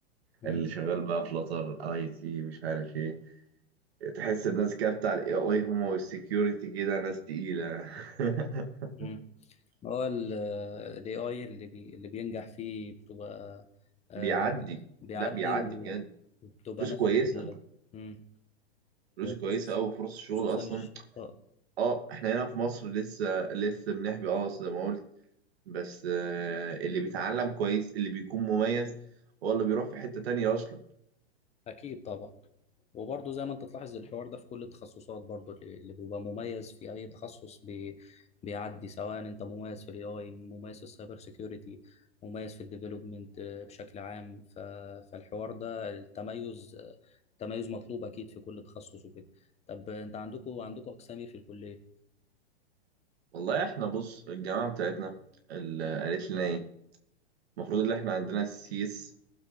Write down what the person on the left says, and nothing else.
مم.
مم. هو الاي اي اللي بي اللي بينجح فيه بتبقى آه
بيعدي
و-
وبتبقى
نفوة
لغيرك مم.
خصوصا
خصوصا
الش... آه،
اكيد طبعا وبرضه زي ما انت تلاحظ الحوار ده في كل التخصصات برضه اللي اللي بيبقى مميز في اي تخصص بي بيعدي سواء انت مميز في الاي اي مميز في السايبر سيكيورتي مميز في الديفلوبمنت بشكل عام ف... فالحوار ده التميز آه، تميز مطلوب اكيد في كل تخصص وكده طب انت عندكم عندكم اقسام ايه في الكليه